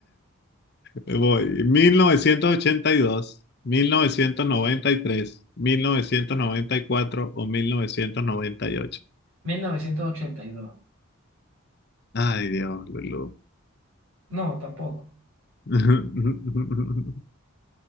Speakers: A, on the left; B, on the right.
A: Voy. mil mil mil novecientos novecientos novecientos ochenta y y dos, mil novecientos noventa y tres, mil novecientos noventa y cuatro o 1998.
B: 1982.
A: Ay, Dios, Lulú.
B: No, tampoco.
A: <laughs>